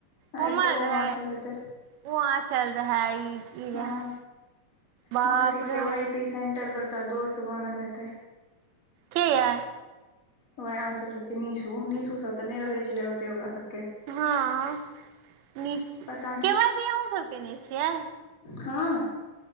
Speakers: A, on the left; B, on the right.
A: आ
B: कोमल
A: एकटा ओ
B: रहै।
A: आँचल हेतै
B: ओ आँचल रहाऽ, ई-ई
A: हँ
B: रहाऽ, बाप
A: बस के के
B: रे
A: वाई
B: हम
A: पी सेंटर पर का दोस्त बनल हेतेै।
B: कियाऽ?
A: वैह आँचल सबके निशू, निशू सब तऽ नै रहै छलै ओते ओकरा सबके?
B: हँ, नीक छी,
A: पता
B: के
A: नहि
B: वाई पी अहुँ सब केने छियै?
A: हँ